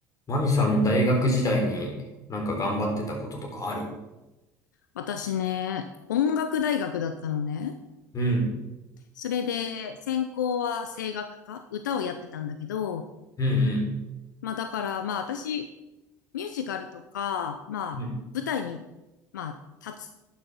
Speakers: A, on the left; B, on the left.
A: マミさん、大学時代になんか頑張ってたこととかある
B: 私ね、音楽大学だったのね。
A: うん、
B: それで、専攻は声楽科、歌をやってたんだけど、
A: うん、
B: まあだからまあ私、ミュージカルとか、まあ舞台に、
A: うん、うん、
B: まあ立つ、